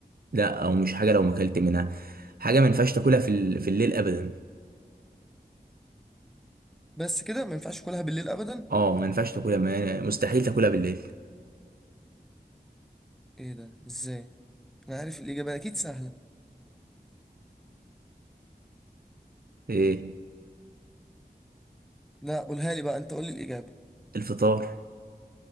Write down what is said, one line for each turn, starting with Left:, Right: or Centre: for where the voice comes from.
Right: لا او مش حاجة لو ما كلت منها حاجة ما ينفعش تاكلها في ال... في الليل ابدا
Centre: بس كده ما ينفعش اكلها بالليل ابدا
Right: اه ما ينفعش تاكلها ما... مستحيل تاكلها بالليل
Centre: ايه ده ازاي انا عارف الاجابه اكيد سهله
Right: ايه
Centre: لا قولها لي بقى انت قول لي الاجابه
Right: الفطار